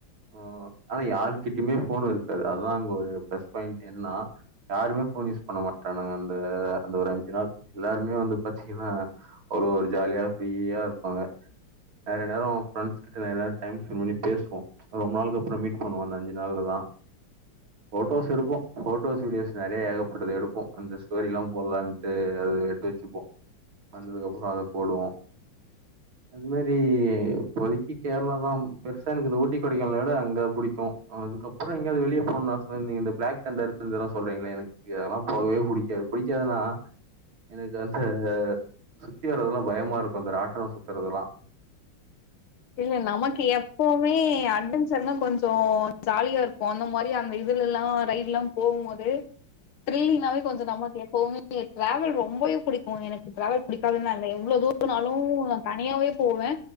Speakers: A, on the right (about 70°); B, on the left (about 80°).
A: ஆ ஆனா யாருகிட்ம்மே ஃபோனு இருக்காது அதுதா அங்க ஒரு ப்ளஸ் பாயிண்ட் என்னனா யாருமே ஃபோன் யூஸ் பண்ண மாட்டன்னுங்க அந்த அந்த ஒரு அஞ்சு நாள் எல்லாருமே வந்து பாத்தீங்ன்னா ஒரு ஒரு ஜாலியா ஃப்ரீயா இருப்பாங்க நெறய நேரோ ஃப்ரெண்ஸ் கிட்ட நெற நேரோ டைம் ஸ்பென் பண்ணி பேசுவோ ப்றோ மீட் பண்ணுவோ அந்த அஞ்சு நாள்லெல்லா ஃபோட்டோஸ் எடுப்போ ஃபோட்டோஸ் வீடியோஸ் நெறைய ஏகப்பட்டது எடுப்போ அந்த ஸ்டோரி எல்லா போட்லான்ட்டு அது எட்த்து வெச்சிப்போ வந்ததுக்கு அப்புறோ அத போடுவோ அது மாரி இ இப்போதிக்கி கேர்ள தா பெருசா எனக்கு இந்த ஊட்டி கொடைக்கானல விட அங்க புடிக்கு அதுக்கப்பறோ எங்யாது வெளியே போணுனா <unintelligible> இந்த ப்ளாக் தண்டர் இது எல்லா சொல்றீங்லே எனக்கு அதெல்லா போகவே புடிக்காது பிடிக்காதுன்னா எனக்கு அந்த ஆ சுத்தி வரதெல்லா பயமா இருக்கு இந்த ராட்னோ சுத்தறதுதெல்லா
B: இல்ல நமக்கு எப்போவ்மே ஏ அட்வெஞ்சர்னா கொஞ்சோ ஜாலியா இருக்கு அந்த மாரி அங்க இரு அதுலெல்லா ரைட் ல்லா போகும் போது த்ரில்லிங்னாவே கெஞ்சோ நமக்கு எப்போமே ட்ராவல் ரொம்போவே புடிக்கு எனக்கு ட்ராவல் பிடிக்காதுன்னா இல்ல எவ்ளோ தூர நாளு நா தனியாவே போவே